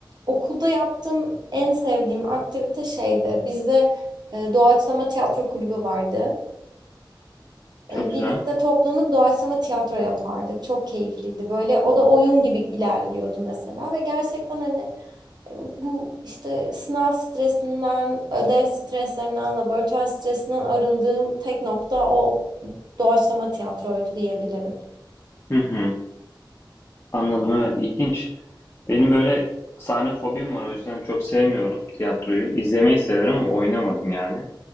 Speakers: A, on the right; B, on the left.
A: okulda yaptığım en sevdiğim aktivite şeydi. Bizde e, doğaçlama tiyatro kulübü vardı.
B: çok
A: E,
B: güzel.
A: birlikte toplanıp doğaçlama tiyatro yapardık. Çok keyifliydi. Böyle o da oyun gibi ilerliyordu mesela ve gerçekten hani e, bu işte sınav stresinden, ödev streslerinden, laboratuvar stresinden arındığım tek nokta o doğaçlama tiyatroydu diyebilirim.
B: Hı hı. Anladım evet ilginç. Benim böyle sahne fobim var o yüzden çok sevmiyorum tiyatroyu. İzlemeyi severim ama oynamadım yani.